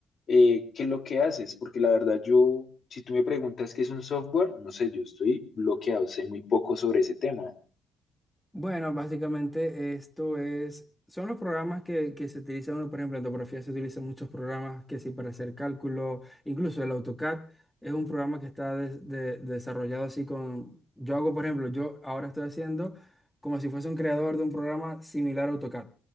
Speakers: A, on the left (about 50°); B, in the centre.
A: eh, qué es lo que haces, porque la verdad yo, si tú me preguntas qué es un software, no sé, yo estoy bloqueado, sé muy poco sobre ese tema.
B: Bueno, básicamente esto es, son los programas que, que se utilizan, uno, por ejemplo, en topografía se utilizan muchos programas que sí para hacer cálculo, incluso el AutoCAD es un programa que está de- de- desarrollado así con, yo hago, por ejemplo, yo ahora estoy haciendo como si fuese un creador de un programa similar a AutoCAD,